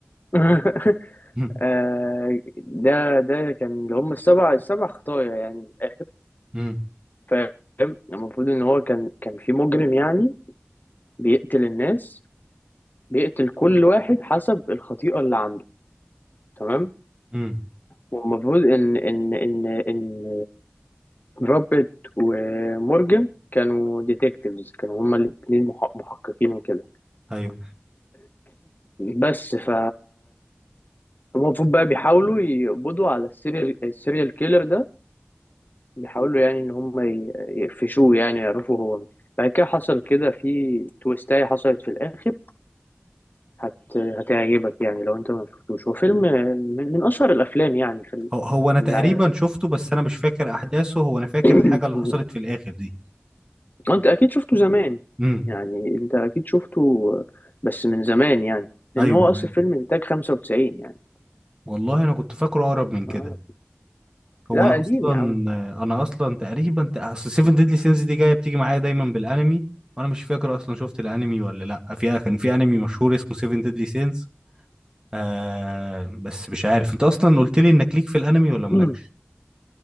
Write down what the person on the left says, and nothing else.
<laughs>
آه ده ده كان اللي هم السبع السبع خطايا يعني من الآخر
فاهم المفروض إن هو كان كان في مجرم يعني بيقتل الناس بيقتل كل واحد حسب الخطيئة اللي عنده تمام
والمفروض إن إن إن إن روبرت ومورجان كانوا ديتكتيفز كانوا هما الاتنين محق- محققين وكده
بس ف المفروض بقى بيحاولوا يقبضوا على السيريال السيريال كيلر ده بيحاولوا يعني ان هم ي- يقفشوه يعني يعرفوا هو مين. بعد كده حصل كده في تويستاية حصلت في الاخر هت... هتعجبك يعني لو انت ما شفتوش هو فيلم من, من اشهر الافلام يعني في ال-
في
العالم
<clears throat>
انت اكيد شفته زمان
يعني انت اكيد شفته بس من زمان يعني لان
هو
اصل فيلم انتاج 95 يعني
آه.
لا
قديم
يا عم
<clears throat>